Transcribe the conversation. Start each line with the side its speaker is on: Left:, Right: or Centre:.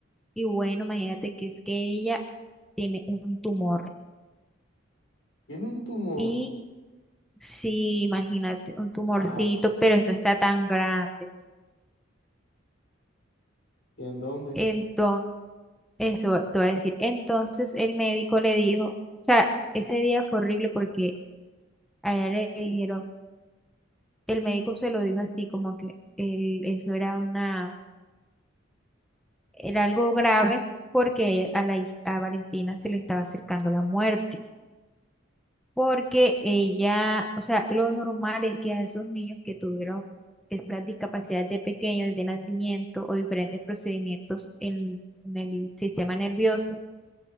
Centre: Y bueno, imagínate que es que ella tiene un tumor.
Left: Tiene un tumor.
Centre: Y sí, imagínate, un tumorcito,
Left: Wow.
Centre: pero no está tan grande.
Left: ¿Y en dónde?
Centre: Entonces, eso te voy a decir. Entonces el médico le dijo, o sea, ese día fue horrible porque a ella le dijeron, el médico se lo dijo así como que el, eso era una, era algo grave porque ella- a la, hij- a Valentina se le estaba acercando la muerte. Porque ella, o sea, lo normal es que a esos niños que tuvieron estas discapacidades de pequeños, de nacimiento o diferentes procedimientos en en el sistema nervioso,